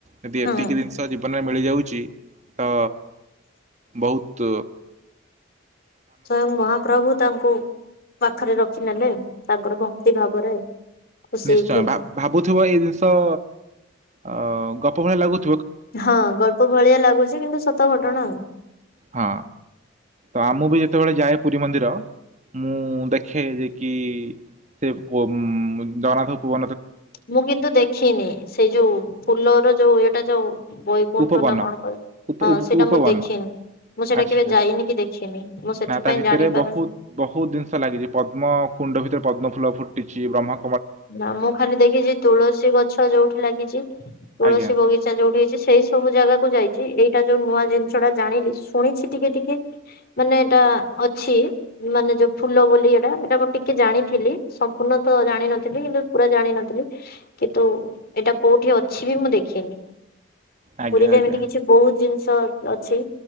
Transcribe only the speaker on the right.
ଯଦି
ଏତିକି ଜିନିଷ ଯିବ ଜୀବନରେ ମିଳି ଯାଉଅଛି ତ ବହୁତ୍
ନିଶ୍ଚୟ
ଭାବ ଭାବୁଥିବ ଏଇ ଜିନିଷ ଅ ଅ ଗପ ଭଳିଆ ଲାଗୁ
ହଁ ତ ମୁଁ ବି ଯେତେବେଳେ ଯାଏ ପୁରୀ ମନ୍ଦିର ମୁଁ ଦେଖେ ଯେ କି ସେ ଜଗନ୍ନାଥ ପୂ
ଉପବନ
ଉପ
ଉପବନ
ଆଛା
ନା ତା ଭିତରେ
ବହୁତ ବହୁତ ଜିନିଷ ଲାଗିଛି ପଦ୍ମ କୁଣ୍ଡ ଭିତରେ ପଦ୍ମ ଫୁଲ ଫୁ ଟିି୍ଛି ବ୍ରହ୍ମ
ଆଜ୍ଞା
ଆଜ୍ଞା
ଆଜ୍ଞା